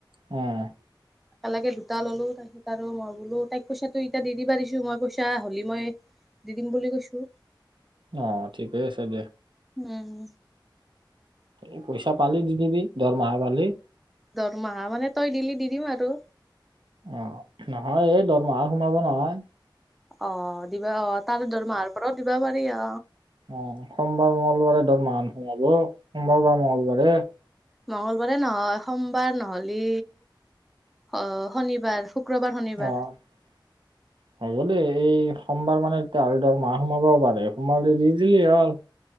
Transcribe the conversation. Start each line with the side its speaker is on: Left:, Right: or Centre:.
Right: উম'।
Centre: একেলগে দুটা ললো তাৰপিছত আৰু মই বোলো তাইক পইচাটো ইটা দি দিবা দিছো। মই পইচা হ'লি মই। দি দিম বুলি কৈছো।
Right: অ ঠিকেই আছে দে।
Centre: উম।
Right: এ পইচা পালি দি দিবি দৰমহা পালি।
Centre: দৰমহা মানে তই দিলি দি দিম আৰু।
Right: অ' নহয় এই দৰমহা সোমাব নহয়।
Centre: অ দিবা অ তাৰ দৰমহাৰ পৰাও দিবা পাৰি অ।
Right: অহ' সোমবাৰ মঙ্গলবাৰে দৰমহা সোমাব। সোমবাৰ বা মঙ্গলবাৰে।
Centre: মংগলবাৰে নহয় সোমবাৰ নহলি অ শনিবাৰ। শুক্ৰবাৰ শনিবাৰ
Right: অহ' হ'ব দেই, এই সোমবাৰ মানে। <unintelligible> তোৰ মাহ সোমাব পাৰে সোমালি দি দিলি হ'ল।